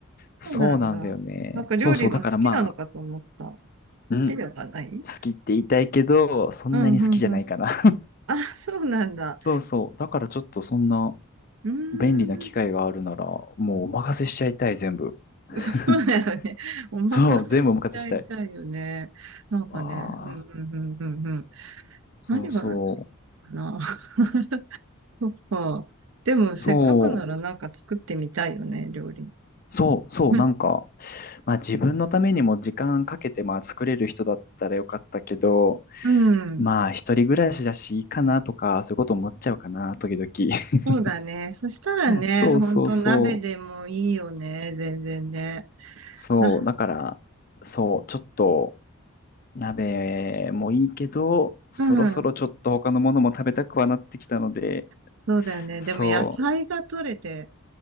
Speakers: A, on the left; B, on the right.
A: そうなんだよね。
B: そうなんだ。なんか料理が好きなのかと思った。
A: そうそう、だからまあ、
B: 好
A: うん、
B: きではない
A: 好きって言いたいけど、そんなに好きじゃないかな
B: うん、うん、うん。あ、そうなんだ。
A: <laughs> そうそう、だからちょっとそんな
B: うーん。
A: 便利な機会があるなら、もうお任せしちゃいたい、全部。<laughs>
B: <laughs> そうだよね。お任せしちゃいたいよね。
A: そう、全部お任せしたい。
B: なんかね、
A: わ
B: うん
A: あ。
B: うんうんうんうん。
A: そうそ
B: 何があるかな。<laughs> そっか。でも、せっかくならなんか作ってみたいよね、
A: う。そ
B: 料理。
A: う、そう、そう、
B: <laughs>
A: なんか、まあ自分のためにも時間かけて、まあ作れる人だったらよかったけど、
B: うん。
A: まあ一人暮らしだしいいかなとか、そういうこと思っちゃうかな、時々。<laughs>
B: そうだね。そしたらね、
A: そうそうそう。
B: ほんと鍋でもいいよね、全然ね。
A: そう、
B: な、
A: だから、そう、ちょっと鍋もいいけど、そろそろちょっと他のものも食べたくはなってきたので、
B: うん。そうだよね。
A: そ
B: でも野菜が取れてっ